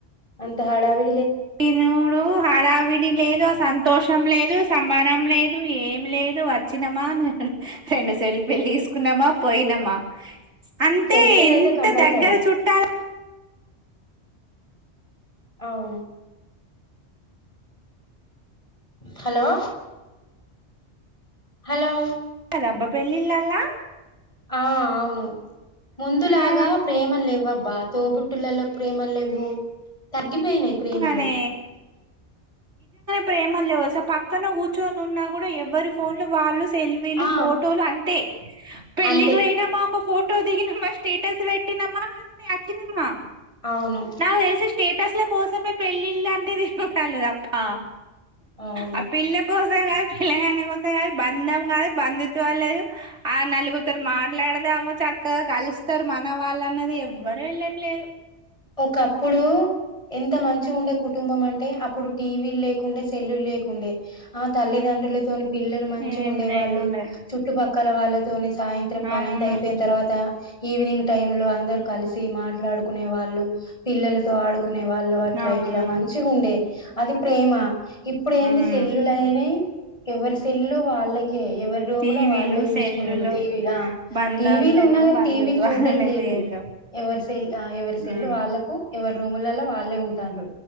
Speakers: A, on the left; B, on the right.
A: అంత హడావి
B: తినుడు హడావిడి లేదు ఆ సంతోషం లేదు సంబరం లేదు ఏమి లేదు వచ్చినమా రెండు సెల్ఫీ వెళ్లి తీసుకున్నామా పోయినామా <inaudible> అంటే
A: సెల్ఫీలయితే
B: ఎంత
A: కంపల్సరీ.
B: దగ్గర చుట్టాలు
A: అవును హలో హలో
B: రబ్బ పెళ్ళిల్లాలా
A: ఆ అవును ముందులాగా
B: ఆ
A: ప్రేమ లేవ్వబ్బా తోబుట్టులలో ప్రేమలు లేవు తగ్గి పోయినాయి
B: లేవుగానే
A: ప్రేమలు
B: ప్రేమ లేవుస పక్కన కూర్చొని ఉన్నా కూడా ఎవ్వరి ఫోన్లు వాళ్ళు సెల్ఫీలు
A: ఆ
B: ఫోటోలు అంతే పెళ్లికి
A: అంతే
B: పోయినా మా ఒక ఫోటో ఫోటో దిగినమ్మా స్టేటస్ పెట్టినమా అంతే వచ్చినమ్మా
A: అవును
B: నాక్ తెల్సి స్టేటస్ లో కోసమే పెళ్ళిళ్ళు అంటే తిరుగుతలేద అబ్బా
A: అవును
B: ఆ పిలా కోసం కాదు పిల్ల గానీ కోసం కాదు బంధం కాదు బంధుత్వాలు లేదు, ఆ నలుగుతారు మాట్లాడద అమ్మో చక్కగా కలుస్తారు మన వాళ్ళు అన్నది ఎవ్వరు వెళ్ళట్లేదు
A: ఒకప్పుడు ఎంత మంచి ఉండే కుటుంబం అంటే అప్పు ఇప్పుడు టీవీలు లేకుండా సెల్లులు లేకు డే ఆ తల్లిదండ్రులే తోని పిల్లలు మంచిగా
B: ఏం
A: ఉండే
B: లేకుండే
A: వాళ్ళు చుట్టుపక్కల కల వాళ్ళతోనే సాయంత్రం పనంత
B: అవును
A: అయిపోయిన తర్వాత ఈవినింగ్ టైమ్ లో అందరు కలిసి మా మాట్లాడుకునే వాళ్ళు పిల్లుతో ఆడుకు కునే వాళ్ళు అట్లా
B: అవును
A: ఇట్లా మంచి ఉండే అది ప్రేమ ఇప్పుడు ఏంది
B: ఉమ్
A: సెల్లులుయినా, ఎవరి సెల్లు వాళ్ళకే, ఎవరి రూమ్
B: టీవీలు
A: లో వాళ్ళే చూసుకున్నాడు
B: సెల్లులు
A: టీవీలా
B: బంధాలు
A: టీవీలు
B: లేవు
A: ఉన్నా కాని
B: బంధుత్వాలు
A: టీవీలు చూటం
B: లేవు
A: లేదు
B: ఏం లేవు
A: ఎవరి సెల్ ఎవరి తెల్లు
B: ఉమ్
A: వాళ్ళకు ఎవరు రూములలో వాళ్ళే ఉంటారు